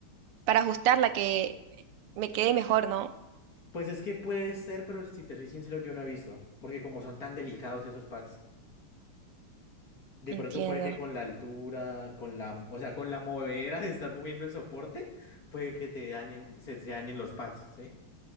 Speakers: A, on the right (about 85°); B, on the left (about 45°).
A: para ajustarla, que me quede mejor, ¿no?
B: Pues es que puede ser, pero si te soy sincero, yo no he visto. Porque como son tan delicados esos pads, de
A: Entiendo.
B: pronto puede que con la altura, con la, o sea, con la movedera <laughs> de estar moviendo el soporte, puede que te dañen, se, se dañen los pads, ¿sí?